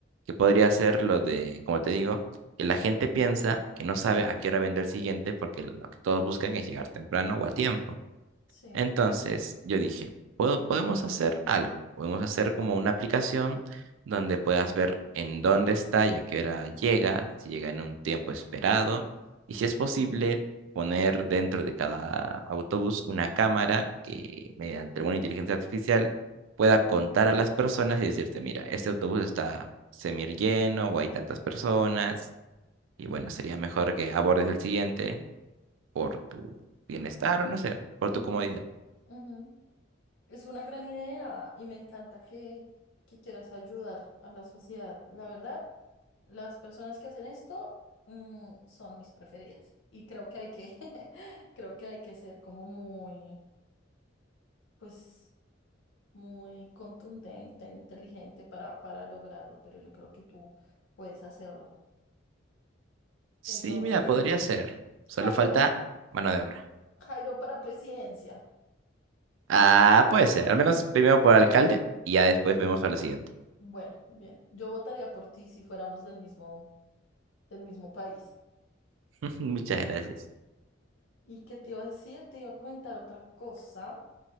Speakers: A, on the right; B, on the left.
A: que podría ser lo de, como te digo, que la gente piensa que no sabe a qué hora vendrá el siguiente porque lo que todos buscan es llegar temprano o a tiempo.
B: Sí.
A: Entonces yo dije, "Puedo- podemos hacer algo, podemos hacer como una aplicación donde puedas ver en dónde está y a qué hora llega, si llega en un tiempo esperado, y si es posible poner dentro de cada autobús una cámara que mediante una inteligencia artificial pueda contar a las personas y decirte, mira, este autobús está semi lleno o hay tantas personas, y bueno, sería mejor que abordes el siguiente por tu bienestar o no sé, por
B: ujú,
A: tu comodidad.
B: ujú. Es una gran idea y me encanta que, que quieras ayudar a la sociedad. La verdad, las personas que hacen esto, mm, son mis preferidas. Y creo que hay que, <laughs> creo que hay que ser como muy, pues, muy contundente, inteligente para, para lograrlo, pero yo creo que tú puedes hacerlo.
A: Sí,
B: Entonces,
A: mira, podría ser. Solo
B: Jairo,
A: falta mano de obra.
B: Jairo para presidencia.
A: Ah, puede ser. Al menos primero por alcalde y ya después vemos a lo siguiente.
B: Bueno, bien, yo votaría por ti si fuéramos del mismo, del mismo país.
A: <laughs> Muchas gracias.
B: ¿Y qué te iba a decir? Te iba a comentar otra cosa